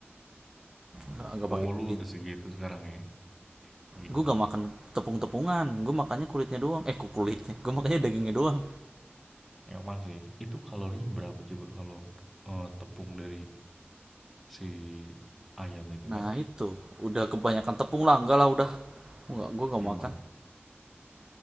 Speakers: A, on the right; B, in the centre.
A: nggak nggak pakai
B: Oh,
A: kulit
B: lu udah segitu sekarang ya? Gila.
A: gue gak makan tepung-tepungan gue makannya kulitnya doang eh kok kulitnya gue makannya dagingnya doang
B: Emang sih, itu kalorinya berapa coba kalau eh, tepung dari si ayam itu
A: nah
B: kan?
A: itu udah kebanyakan tepung lah enggak lah udah enggak gue gak
B: Emang.
A: makan